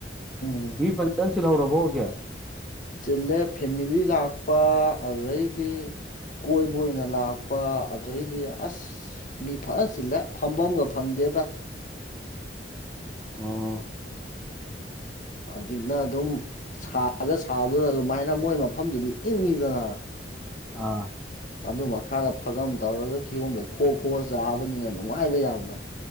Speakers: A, on the left; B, in the centre.
A: ꯎꯝ
B: ꯃꯤ ꯐꯥꯖꯅ ꯆꯤꯜꯍꯧꯔꯕꯣ ꯍꯧꯖꯤꯛ
A: ꯆꯤꯜꯂꯦ ꯐꯦꯃꯤꯂꯤ ꯂꯥꯛꯄ ꯑꯗꯩꯗꯤ ꯀꯣꯏꯕ ꯑꯣꯏꯅ ꯂꯥꯛꯄ ꯑꯗꯩꯗꯤ ꯑꯁ ꯃꯤ ꯐꯥꯖꯅ ꯆꯤꯜꯂꯦ ꯐꯝꯐꯝꯒ ꯐꯪꯗꯦꯗ
B: ꯑꯣ
A: ꯍꯧꯖꯤꯛꯅ ꯑꯗꯨꯝ ꯁꯥꯔꯒ ꯁꯥꯗꯨꯗ ꯑꯗꯨꯃꯥꯏꯅ ꯃꯣꯏ ꯃꯥꯐꯝꯗꯨꯗꯤ ꯏꯪꯉꯤꯗꯅ
B: ꯑꯥ
A: ꯑꯗꯨ ꯃꯈꯥꯗ ꯐꯛꯑꯝ ꯇꯧꯔꯒ ꯀꯤꯍꯣꯝꯒꯥꯛ ꯈꯣꯛ ꯈꯣꯛꯑ ꯆꯥꯕꯅꯤꯅ ꯅꯨꯡꯉꯥꯏꯕ ꯌꯥꯝꯅ